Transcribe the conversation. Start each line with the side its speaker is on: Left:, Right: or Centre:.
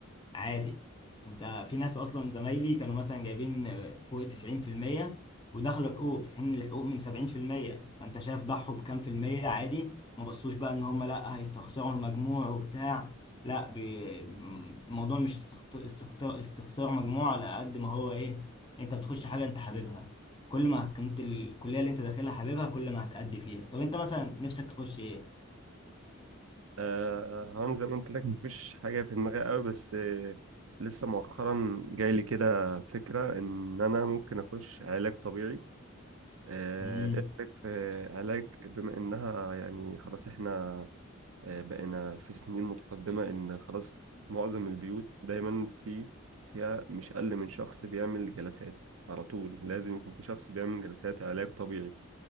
Left: عادي انت في ناس اصلا زمايلي كانوا مثلا جايبين فوق 90% ودخلوا حقوق في حين الحقوق من 70% فانت شايف ضحوا بكام في المية عادي ما بصوش بقى ان هم لا هيستخسروا المجموع وبتاع لا بي- الموضوع مش استخت- استخت- استخسار مجموع على قد ما هو ايه انت بتخش حاجة انت حاببها كل ما كنت الكلية اللي انت داخلها حاببها كل ما هتأدي فيها طب انت مثلا نفسك تخش ايه؟
Right: آه هان زي ما قلت لك مفيش حاجة في دماغي قوي بس آه لسه مؤخرا جاي لي كده فكرة إن أنا ممكن أخش علاج طبيعي آه
Left: امم
Right: إيه رأيك في علاج بما إنها يعني خلاص إحنا آه بقينا في سنين متقدمة إن خلاص معظم البيوت دايما في فيها مش أقل من شخص بيعمل جلسات على طول لازم يكون في شخص بيعمل جلسات علاج طبيعي